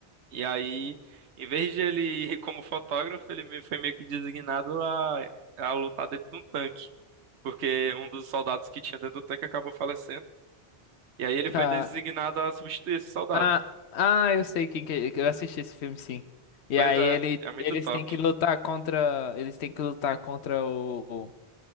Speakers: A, on the right; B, on the left.
A: e aí, em vez de ele <laughs> ir como fotógrafo, ele me- foi meio que designado a, a lutar dentro de um tanque, porque um dos soldados que tinha dentro do tanque acabou falecendo, e aí ele
B: Ca-
A: foi designado a substituir esse soldado.
B: Ah, ah, eu sei quem que eu assisti esse filme sim. E
A: Pois
B: aí
A: é,
B: ele,
A: é muito
B: eles
A: top.
B: têm que lutar contra, eles têm que lutar contra o,